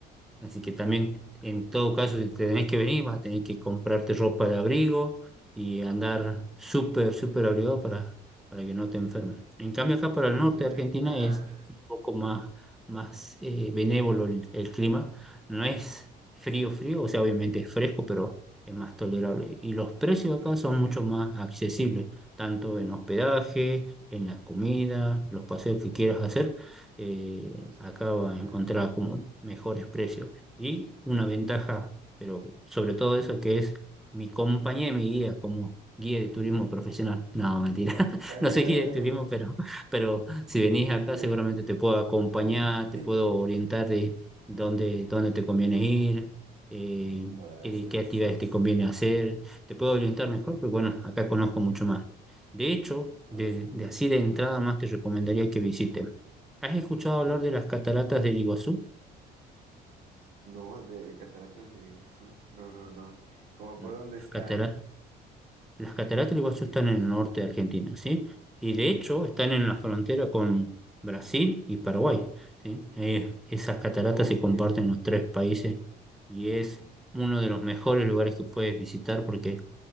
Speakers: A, in the centre; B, on the right.
A: Así que también, en todo caso, si te tenés que venir, vas a tener que comprarte ropa de abrigo y andar súper, súper abrigado para, para que no te enfermes. En cambio, acá para
B: Híjole,
A: el norte de Argentina
B: ajá.
A: es un poco más, más eh, benévolo el, el clima. No es frío, frío, o sea, obviamente es fresco, pero es más tolerable. Y los precios
B: Sí,
A: acá
B: sí,
A: son
B: sí.
A: mucho más accesibles, tanto en hospedaje, en la comida, los paseos que quieras hacer. eh,
B: Vamos
A: acá
B: a ver,
A: vas
B: ajá.
A: a encontrar como mejores precios y una ventaja, pero sobre todo eso, que es mi compañía y mi guía como guía de turismo profesional. No, mentira, <laughs>
B: <laughs>
A: no soy guía de turismo, pero, pero si venís
B: sí,
A: acá seguramente
B: sí,
A: te puedo acompañar, te
B: sí.
A: puedo orientar de dónde, dónde te conviene
B: <laughs>
A: ir, eh,
B: Ahora gracias,
A: qué,
B: gracias,
A: qué actividades
B: gracias.
A: te conviene hacer, te puedo orientar mejor, pero bueno, acá conozco mucho más. De hecho,
B: Vamos
A: de,
B: a ver.
A: de así de entrada más te recomendaría que visiten. ¿Has escuchado
B: Ujú.
A: hablar de las cataratas del Iguazú?
B: No, de Cataratas de Iguazú. No, no, no. Como
A: No,
B: por dónde
A: las
B: está
A: cataratas Las cataratas del Iguazú
B: el
A: están
B: Iguazú.
A: en el norte
B: ajá.
A: de Argentina, ¿sí? Y de hecho están en la frontera con Brasil y Paraguay, ¿sí? Eh, esas cataratas
B: Oh,
A: se
B: ok,
A: comparten
B: ok.
A: en los tres
B: ajá.
A: países y es uno de los mejores lugares que puedes visitar porque